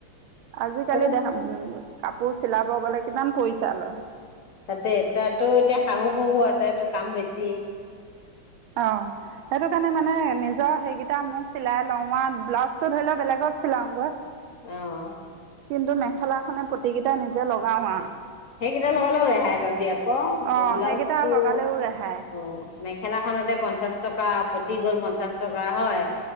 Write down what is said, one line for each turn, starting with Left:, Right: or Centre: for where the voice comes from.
Right: আজিকালি
Left: আৰু
Right: দেখা উম! কাপোৰ চিলাব গ'লে কিমান পইচা লয়।
Left: তাতে, তায়ো এতিয়া শাহু শহু আছেটো কাম বেছি।
Right: অ' সেইটো কাৰণে মানে নিজৰ সেইকেইটা মই চিলাই লওঁ, আৰু ব্লাউজটো ধৰি লওঁ বেলেগত চিলাওঁগৈ।
Left: অঁ!
Right: কিন্তু মেখেলাখনে পতিকেইটায়ে নিজেই লগাওঁ আৰু।
Left: সেইকেইটা লগালেও ৰেহাই পাবি, ‌আক,
Right: অঁ
Left: ব্লাউজটো
Right: সেইকেইটা লগালেও ৰেহাই
Left: অ' মেখেলাখনতে পঞ্চাশ টকা, পতি হ'ল পঞ্চাশ টকা, হয়।